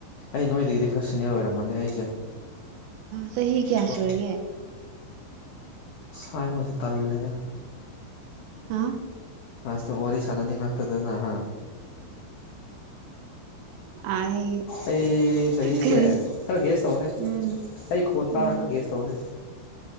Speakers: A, on the left (about 80°); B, on the right (about 75°).
A: ꯑꯩ ꯅꯣꯏꯗꯒꯤꯗꯤ ꯈꯔ ꯁꯤꯅꯤꯌꯔ ꯑꯣꯏꯔꯝꯃꯅꯤ ꯑꯩꯁꯦ
B: ꯆꯍꯤ ꯀꯌꯥ
A: ꯀꯣ
B: ꯁꯨꯔꯒꯦ
A: ꯁꯥꯏꯕꯁꯦ ꯇꯜꯂꯦꯗ
B: ꯍꯥ
A: ꯑꯁꯇ ꯋꯥꯔꯤ ꯁꯥꯟꯅꯅꯤꯡꯉꯛꯇꯗꯅꯍ
B: ꯑꯩ
A: ꯑꯩ ꯆꯍꯤꯁꯦ
B: ꯀꯔꯤ
A: ꯈꯔ ꯒ꯭ꯦꯁ ꯇꯧꯅꯦ
B: ꯎꯝ
A: ꯑꯩ ꯈꯣꯟ ꯇꯥꯔꯒ
B: ꯎꯝ
A: ꯒꯦꯁ ꯇꯧꯅꯦ